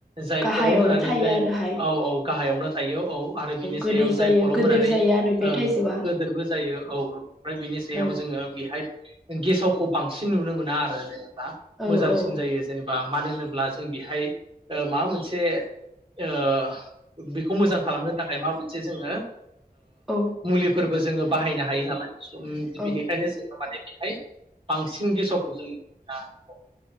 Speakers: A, on the right; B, in the centre.
A: जाय
B: गाहायावनो
A: कलम होनानै
B: थायो
A: जाय
B: आरोहाय
A: औ औ गाहायावनो थायो औ आरो जाय
B: गोदै जायो
A: कलम
B: गोदोर
A: होनानै
B: जायो आरो बे
A: ओं
B: थाइजौआ
A: गोदोरबो जायो औ ओमफ्राय बिनि सायाव
B: औ
A: जोङो हाय गेसावखौ बांसिन नुनो मोना आरो। जेनेबा
B: औ
A: मोजांसिन
B: औ
A: जायो जेनेबा मानो होनोब्ला जों बेहाय ओ माबा मोनसे ओ बेखौ मोजां खालामनो थाखाय माबा मोनसे जोङो
B: औ
A: मुलिफोर जोङो बाहायनो हायो नालाय। सम
B: औ
A: बिनिखायनो जोङो माने बेहाय बांसिन गेसावखौ जों <unintelligible>